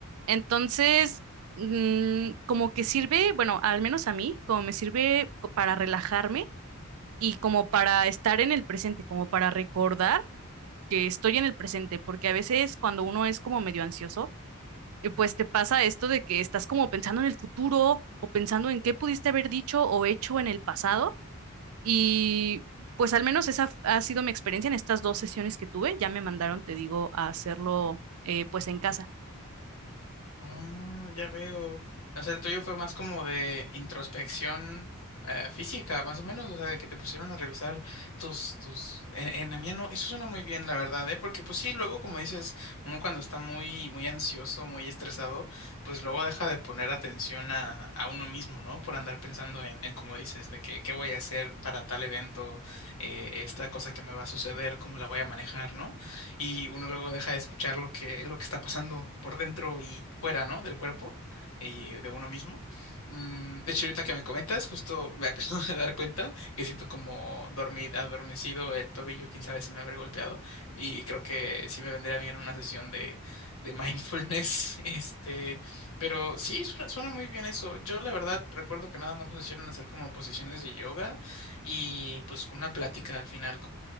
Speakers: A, on the right; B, on the left.
A: Entonces, mm, como que sirve, bueno, al menos a mí, como me sirve co- para relajarme y como para estar en el presente, como para recordar que estoy en el presente, porque a veces cuando uno es como medio ansioso, eh, pues te pasa esto de que estás como pensando en el futuro o pensando en qué pudiste haber dicho o hecho en el pasado y pues al menos esa f- ha sido mi experiencia en estas dos sesiones que tuve, ya me mandaron, te digo, a hacerlo eh, pues en casa.
B: Ah, ya veo. O sea, el tuyo fue más como de introspección eh, física, más o menos, o sea, de que te pusieron a revisar tus, tus, en, en la mía no, eso suena muy bien, la verdad, ¿eh? Porque pues sí, luego, como dices, uno cuando está muy, muy ansioso, muy estresado, pues luego deja de poner atención a, a uno mismo, ¿no? Por andar pensando en, en, como dices, de que qué voy a hacer para tal evento, eh, esta cosa que me va a suceder, cómo la voy a manejar, ¿no? y uno luego deja de escuchar lo que, lo que está pasando por dentro y fuera, ¿no? Del cuerpo y de uno mismo. Mm, de hecho, ahorita que me comentas, justo me acabo <laughs> de dar cuenta que siento como dormir, adormecido el tobillo, quién sabe si me habré golpeado y creo que sí me vendría bien una sesión de, de mindfulness, <laughs> este, pero sí, suena, suena muy bien eso. Yo la verdad recuerdo que nada más nos hicieron hacer como posiciones de yoga y pues una plática al final